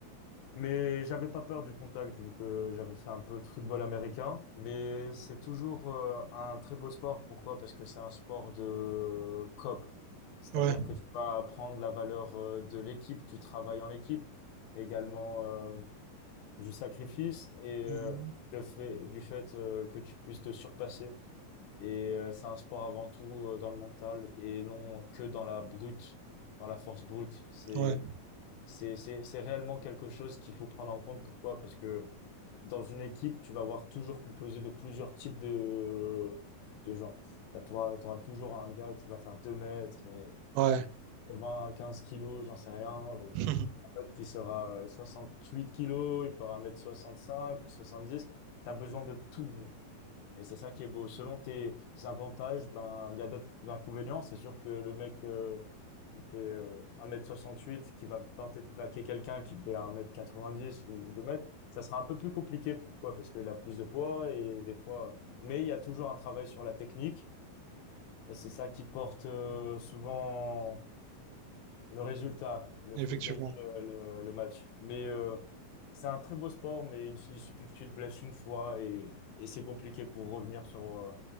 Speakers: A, on the left (about 80°); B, on the right (about 85°).
A: Mais j'avais pas peur du contact vu que j'avais fait un peu de football américain. Mais c'est toujours euh, un très beau sport. Pourquoi? Parce que c'est un sport de COP. C'est-à-dire
B: Ouais.
A: que tu vas apprendre la valeur euh, de l'équipe, du travail en équipe, également euh, du sacrifice et
B: Mmh
A: euh, le fait, du fait euh, que tu puisses te surpasser. Et euh, c'est un sport avant tout euh, dans le mental et non que dans la brute, dans la force brute. C'est
B: Ouais.
A: c'est, c'est, c'est réellement quelque chose qu'il faut prendre en compte. Pourquoi? Parce que dans une équipe, tu vas avoir toujours composé de plusieurs types de, de gens. Bah, Tu auras, toujours un gars qui va faire 2 mètres
B: Ouais.
A: et, et 20, 15 kilos, j'en sais rien. euh,
B: <laughs>
A: Un autre qui sera euh, 68 kilos, il fera 1m65 ou 70. Tu as besoin de tout. Et c'est ça qui est beau. Selon tes avantages, ben, il y a d'autres inconvénients. C'est sûr que le mec euh, qui fait euh, un mètre soixante huit qui va tenter de plaquer quelqu'un qui fait un mètre quatre-vingt dix ou 2 mètres, ça sera un peu plus compliqué. Pourquoi? Parce qu'il a plus de poids et des fois. Mais il y a toujours un travail sur la technique. Et c'est ça qui porte euh, souvent le résultat, le
B: Effectivement.
A: fait de gagner euh, le, le match. Mais euh, c'est un très beau sport, mais il suffit que tu te blesses une fois et, et c'est compliqué pour revenir sur, euh,